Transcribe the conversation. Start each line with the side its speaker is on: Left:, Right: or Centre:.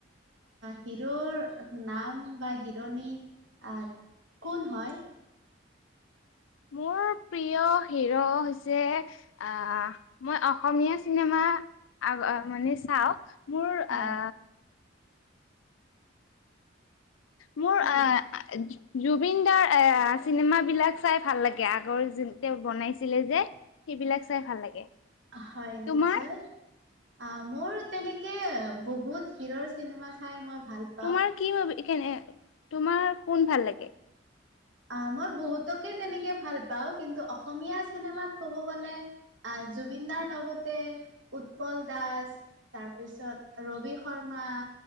Right: হিৰ'ৰ নাম বা হিৰণী আ কোন হয়?
Left: মোৰ প্ৰিয় হিৰ' হৈছে আ মই অসমীয়া চিনেমা আগত মানে চাও মোৰ
Right: হয়
Left: আ মো
Right: হয়
Left: <inaudible> জুবিন দাৰ এ চিনেমাবিলাক চাই ভাল লাগে আগৰ যে তেওঁ বনাইছিলে যে সেইবিলাক চাই ভাল লাগে।
Right: হয় নিশ্চয়
Left: তোমাৰ
Right: অ মোৰ তেনেকে বহুত হিৰ'ৰ চিনেমা চাই মই ভাল পা
Left: তোমাৰ কি মভি তোমাৰ কোন ভাল লাগে?
Right: অ মই বহুতকে তেনেকে ভাল পাওঁ কিন্তু অসমীয়া চিনেমাত ক'ব গলে জুবিন দাৰ লগতে উৎপল দাস। তাৰপিছত ৰবি শৰ্মা